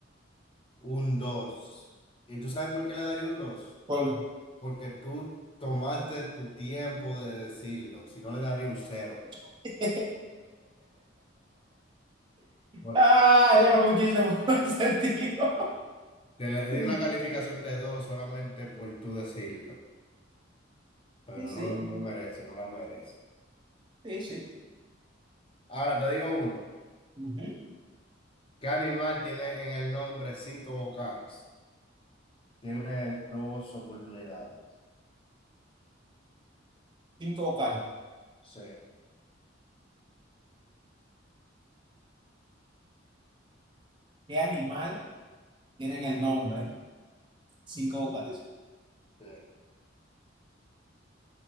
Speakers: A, on the left (about 30°); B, on the right (about 25°).
A: Un dos ¿Y tú sabes por qué le daría un dos
B: cuál
A: Porque tú tomaste tu tiempo de decirlo. Si no, le daría un cero
B: <laughs>
A: Bueno,
B: Ah, eso no fue un chiste, fue un acertijo.
A: Te le
B: <laughs>
A: di una calificación de 2 solamente por tú decirlo. Pero
B: Sí, sí,
A: no, no merece, no la merece.
B: sí, sí.
A: Ahora te digo uno.
B: Ujú.
A: ¿Qué animal tiene en el nombre cinco vocales? Tiene dos oportunidades.
B: Cinco vocales.
A: Sí,
B: ¿Qué animal? tienen el nombre, cinco vocales.
A: sí.